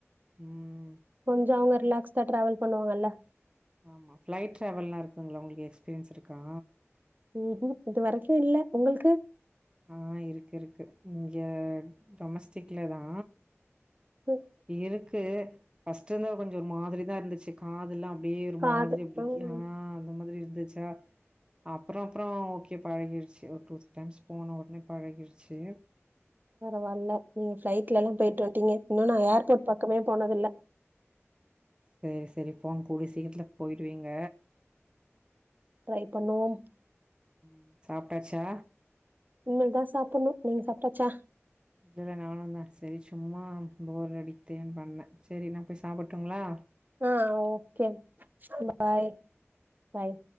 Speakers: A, on the right; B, on the right.
A: ம்.
B: கொஞ்சோ அவுங்க ரிலாக்ஸ் தா ட்ரேவல் பண்ணுவாங்கல்ல
A: ஆமா ஃபிளைட் ட்ரேவல்லா இருக்குங்ளா உங்ள்க் எக்ஸ்பீரியன்ஸ்ருக்கா
B: ம்ஹூம் இது வரைக்கு இல்ல உங்குள்க்கு
A: ஆ இருக்கு இருக்கு இங்க டொமஸ்டிக்ல தா
B: ம்,
A: இருக்கு ஃபஸ்ட்டு வந்து கொஞ்சோ ஒரு மாதிரி தா இருந்துச்சு காதல்லா அப்டியே ஒரு
B: காது
A: மாதிரி அப்டி
B: ம்.
A: யா அந்த மாதிரி இரு துச்சா அப்றோ அப்றோ ஓகே பழகிர்ச்சு ஒரு டூ த்ரீ டைம்ஸ் போன ஒட்னே பழகிருச்சு
B: பரவால்ல நீங்க ஃப்ளைட்ல எல்லா போய்ட்டு வந்ட்டீங்க இன்னு நா ஏர்போட் பக்கமே போனதில்ல
A: சேரி சேரி போங் கூடிய சீக்கிரத்தில போயிருவீங்க
B: ட்ரை பண்ணுவோம்
A: ம் சாப்ட்டாச்சா
B: இனிமேல் தா சாப்புட்ணு நீங் சாப்ட்டாச்சா
A: இல்லல்ல நானு தா செரி சும்மா போர் அடிக்த்தேன் பண்ணே செரி நா போய் சாப்பட்டுங்களா
B: ஆ ஓகே பாய் பாய்